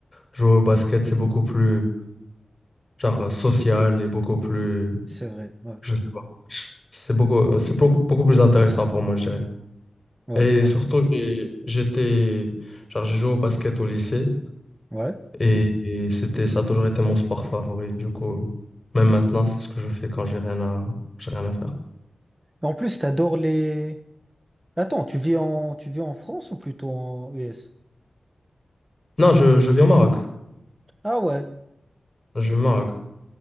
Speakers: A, on the left; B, on the right.
A: jouer au basket. C'est beaucoup plus genre euh, social et beaucoup plus,
B: c'est vrai. Ouais,
A: je sais pas. C'est beaucoup, euh, c'est beaucoup, beaucoup plus intéressant pour moi, je dirais.
B: ouais,
A: Et
B: ouais.
A: surtout, j'ai- j'étais, genre, j'ai joué au basket au lycée
B: Ouais.
A: et, et c'était, ça a toujours été mon sport favori. Du coup, même maintenant, c'est ce que je fais quand j'ai rien à, j'ai rien à faire.
B: En plus, t'adores les... Attends, tu vis en, tu vis en France ou plutôt en US?
A: Non, je, je vis au Maroc.
B: Ah ouais,
A: Je vis au Maroc.